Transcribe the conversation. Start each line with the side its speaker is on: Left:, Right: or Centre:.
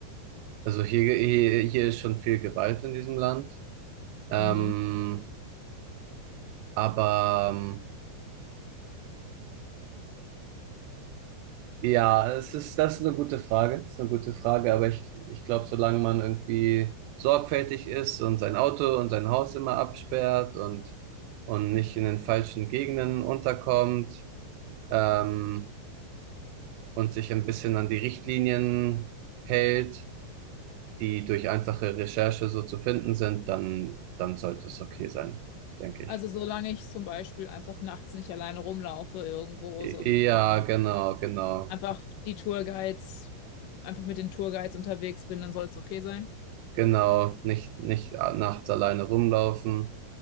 Right: also hier, hier, hier ist schon viel Gewalt in diesem Land. Ähm,
Left: Mhm.
Right: aber ähm, Ja, das ist, das ist eine gute Frage. Das ist eine gute Frage, aber ich, ich glaube, solange man irgendwie sorgfältig ist und sein Auto und sein Haus immer absperrt und, und nicht in den falschen Gegenden unterkommt, ähm, und sich ein bisschen an die Richtlinien hält, die durch einfache Recherche so zu finden sind, dann, dann sollte es okay sein, denke ich.
Left: Also, solange ich zum Beispiel einfach nachts nicht alleine rumlaufe irgendwo
Right: Ja,
Left: so, und und
Right: genau, genau,
Left: einfach die Tourguides, einfach mit den Tourguides unterwegs bin, dann soll es okay sein.
Right: genau. Nicht, nicht nachts alleine rumlaufen.